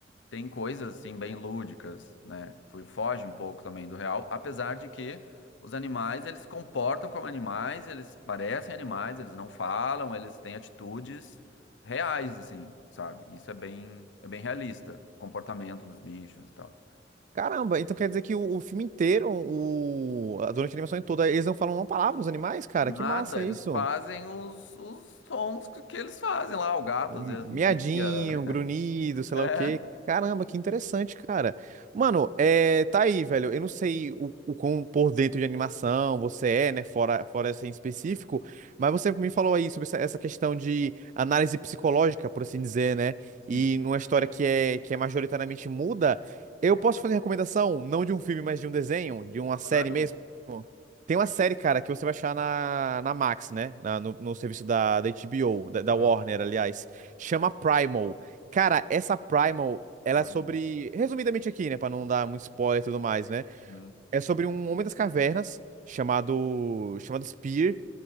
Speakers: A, on the left; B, on the right.
A: tem coisas assim bem lúdicas, né? Fu- Foge um pouco também do real, apesar de que os animais eles se comportam como animais, eles parecem animais, eles não falam, eles têm atitudes reais assim, sabe? Isso é bem é bem realista, o comportamento dos bichos e tal.
B: Caramba, então quer dizer que o, o filme inteiro, o, a- durante a animação toda, eles não falam uma palavra, os animais, cara?
A: Nada,
B: Que massa
A: eles
B: isso.
A: fazem os, os sons que, que eles fazem lá, o gato
B: Um
A: às vezes mia.
B: Miadinho,
A: <laughs>
B: um grunhido, sei
A: É,
B: lá o quê. Caramba, que interessante, cara. Mano, é, tá aí, velho. Eu não sei o, o quão por dentro de animação você é, né? Fora, fora essa em específico, mas você me falou aí sobre essa, essa questão de análise psicológica, por assim dizer, né?
A: sim,
B: E numa história que é, que é majoritariamente muda. Eu posso fazer recomendação, não de um filme, mas de um desenho, de uma série
A: claro.
B: mesmo. Tem uma série, cara, que você vai achar na, na Max, né? Na- no, no serviço da, da HBO, da, da
A: Ah,
B: Warner, aliás. Chama Primal. Cara, essa Primal, ela
A: Primal.
B: é sobre. Resumidamente aqui, né? Pra não dar muito spoiler e tudo mais, né?
A: Uhum.
B: É sobre um homem das cavernas chamado. chamado Spear,